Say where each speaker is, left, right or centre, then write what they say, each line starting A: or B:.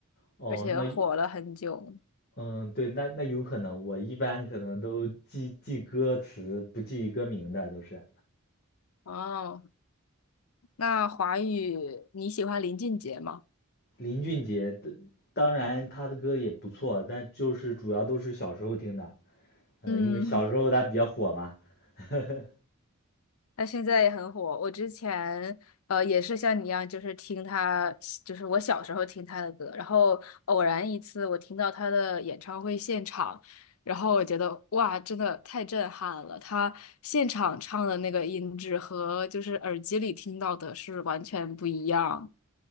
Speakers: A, on the left; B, on the left.
A: 哦，
B: 而且火了很久。
A: 那嗯，对，那那有可能，我一般可能都记记歌词，不记歌名的都是。
B: 哦，那华语你喜欢林俊杰吗？
A: 林俊杰的，当然他的歌也不错，但就是主要都是小时候听的，嗯，
B: 嗯。
A: 因为小时候他比较火嘛。<laughs>
B: 他现在也很火。我之前呃也是像你一样，就是听他，就是我小时候听他的歌，然后偶然一次我听到他的演唱会现场，然后我觉得哇，真的太震撼了！他现场唱的那个音质和就是耳机里听到的是完全不一样，